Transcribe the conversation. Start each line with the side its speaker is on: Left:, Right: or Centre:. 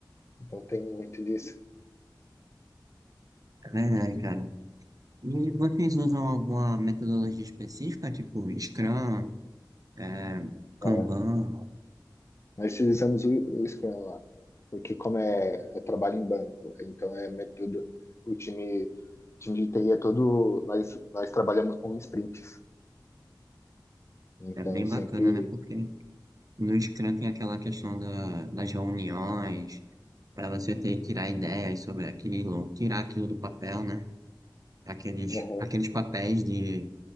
Left: Então tem muito disso.
Right: é verdade, cara. E vocês usam alguma metodologia específica, tipo Scrum, é, Kanban?
Left: É, Nós utilizamos o, o Scrum lá, porque como é, é trabalho em banco, então é método, o time, o time de TI é todo, nós, nós trabalhamos com sprints, então
Right: É bem
Left: sempre,
Right: bacana, né? Porque no Scrum tem aquela questão da, das reuniões, para você ter que tirar ideias sobre aquilo, tirar aquilo do papel, né? aqueles,
Left: uhum,
Right: aqueles papéis de,